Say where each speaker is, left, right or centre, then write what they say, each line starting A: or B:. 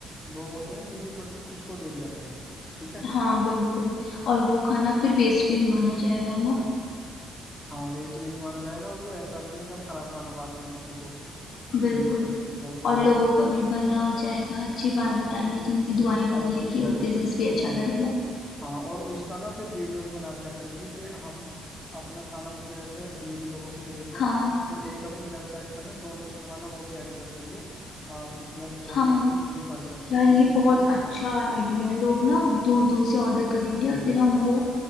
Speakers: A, on the left; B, on the left.
A: लोग होते हैं ना नीडी पर्सन उसको दे दिया करेंगे ठीक है
B: हाँ बिल्कुल और वो खाना फिर वेस्ट भी नहीं माना जाएगा है ना
A: हाँ वेस्ट भी नहीं माना जाएगा और वो ऐसा भी नहीं है कि हम खराब खाना बांट रहे हैं किसी को
B: बिल्कुल
A: नीडी पर्सन को तो
B: और
A: वो
B: लोगों का भी भला हो जाएगा अच्छी बात बताइए तुमने दुआएं भी
A: और
B: मिलेगी और बिजनेस भी अच्छा
A: हाँ
B: करेगा
A: हाँ और उसका ना फिर वीडियो भी बना दिया करेंगे कि हम अपना खाना मतलब ऐसे नीडी लोगों को भी देते हैं
B: हाँ
A: तो एक अपनी वेबसाइट पर ना डोनेशन वाला वो भी ऐड कर देंगे आ, मतलब डोनेट
B: हाँ
A: टू नीडी पर्संस
B: यार
A: जिससे
B: ये बहुत
A: कि
B: अच्छा आइडिया है लोग ना दूर दूर से ऑर्डर करेंगे और फिर हम वो